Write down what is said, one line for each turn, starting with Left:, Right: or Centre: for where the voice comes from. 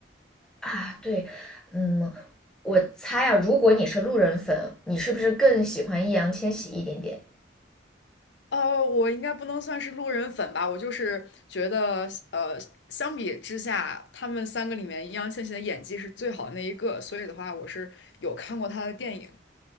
Centre: 啊。对，嗯，我猜啊，如果你是路人粉，你是不是更喜欢易烊千玺一点点？
Left: 呃，我应该不能算是路人粉吧，我就是觉得，呃，相比之下，他们三个里面，易烊千玺的演技是最好的那一个，所以的话，我是有看过他的电影。